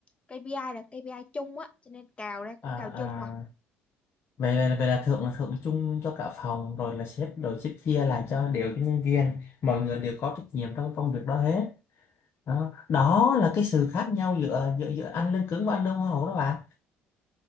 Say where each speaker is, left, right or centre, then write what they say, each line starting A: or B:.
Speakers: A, on the left (about 25°); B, on the left (about 50°).
A: KPI là KPI chung á cho nên cào ra cũng
B: à
A: cào chung
B: à vậy là, vậy là thưởng là thưởng chung cho cả phòng rồi là sếp rồi sếp chia lại cho đều cho nhân viên mọi người đều có trách nhiệm trong công việc đó hết đó, đó là cái sự khác nhau giữa giữa giữa ăn lương cứng và ăn lương hoa hậu đó bạn